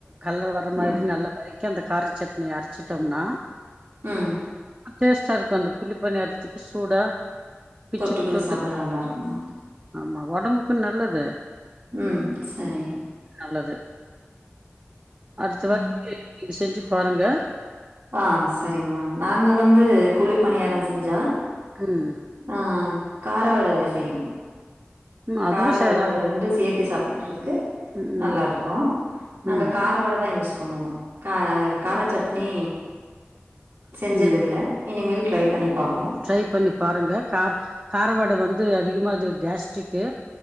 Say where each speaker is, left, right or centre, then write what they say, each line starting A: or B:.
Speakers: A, on the right; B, on the right.
A: கலர் வர மாரி
B: ம்
A: நல்லா வதக்கி அந்த காரச் சட்னி அரச்சிட்டோம்னா
B: ம்
A: டேஸ்ட்டா இருக்கு அந்த குழி பனியாரத்துக்கு சூடா பிச்சு
B: தொட்டுக்குனு
A: தொட்டு
B: சாப்ட நல்லாருக்குமா
A: ஆமா ஒடம்புக்கு நல்லது
B: ம் சரி
A: நல்லது அடுத்த
B: ம்
A: வாட்டி நீங்க செஞ்சு பாருங்க
B: ஆ சரிங்மா நாங்க வந்து குழி பனியார செஞ்சா
A: ம்
B: ஆ காரவட செய்னு
A: ம்
B: கார
A: அதுவு செய்யலா
B: வட அது ரெண்டு சேத் தி சாப்புட்றது க்கு
A: ம்
B: நல்லாருக்கு நாங்க
A: ம்
B: கார வட தா யூஸ் பண்ணுவோ கா காரச்சட் நீ செஞ்சதில்ல
A: ம்
B: இனிமேல் ட்ரை பண்ணி பாக்
A: ட்ரை பண்ணி பாருங்க கார் கார வட வந்து அதிகமா இது கேஸ்ட்ரிக்கு